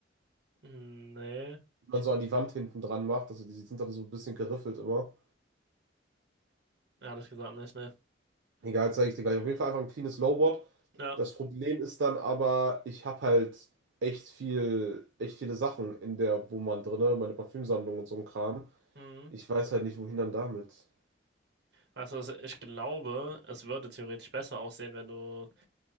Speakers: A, on the right; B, on the right.
A: Nee.
B: die
A: Ich,
B: man so an die Wand hinten dran macht, also die sind dann so ein bisschen geriffelt immer.
A: ja, das gesagt nicht, ne.
B: Egal, zeige ich dir gleich. Auf jeden Fall einfach ein cleanes Lowboard.
A: Ja.
B: Das Problem ist dann aber, ich habe halt echt viel, echt viele Sachen in der Wohnwand drinne, meine Parfümsammlung und so ein Kram.
A: Mhm.
B: Ich weiß halt nicht, wohin dann damit.
A: Also es- ich glaube, es würde theoretisch besser aussehen, wenn du